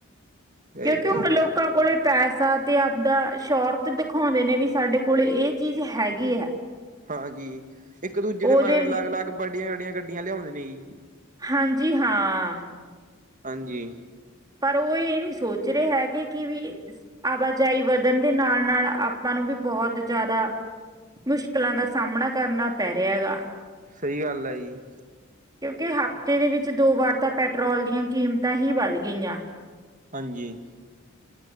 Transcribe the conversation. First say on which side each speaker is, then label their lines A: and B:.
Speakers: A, on the right; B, on the right.
A: ਜੀ
B: ਕਿਉਂਕਿ ਹੁਣ ਲੋਕਾਂ ਕੋਲੇ ਪੈਸਾ ਤੇ ਆਪਦਾ ਸ਼ੋਰਤ ਦਿਖਾਉਂਦੇ ਨੇ। ਸਾਡੇ ਕੋਲ ਇਹ ਚੀਜ਼ ਹੈਗੀ ਹੈ।
A: ਹਾਜੀ, ਇੱਕ ਦੂਜੇ
B: ਉਹਦੇ
A: ਦੇ ਮਗਰ
B: ਲ-
A: ਲੱਗ, ਲੱਗ ਵੱਡੀਆਂ ਵਡੀਆਂ ਗੱਡੀਆਂ ਲਿਉ ਲੈਨੀ ਜੀ।
B: ਹਾਂਜੀ ਹਾਂ।
A: ਹਾਂਜੀ।
B: ਪਰ ਉਹ ਇਹ ਨੀ ਸੋਚ ਰਹੇ ਹੈਗੇ ਕਿ ਵੀ। ਆਵਾਜਾਈ ਵਦਨ ਦੇ ਨਾਲ, ਨਾਲ ਆਪਾ ਨੂੰ ਵੀ ਬੋਹਤ ਜਾਦਾ ਮੁਸ਼ਕਿਲਾਂ ਦਾ ਸਾਹਮਣਾ ਕਰਨਾ ਪੈ ਰਿਹਾ ਹੈਗਾ।
A: ਸਈ ਗੱਲ ਐ ਜੀ।
B: ਕਿਉਂਕਿ ਹਫ਼ਤੇ ਦੇ ਵਿੱਚ ਦੋ ਵਾਰ ਤਾਂ ਪੈਟਰੋਲ ਦੀਆਂ ਕੀਮਤਾਂ ਹੀ ਵੱਧ ਗਈਆਂ।
A: ਹਾਂਜੀ।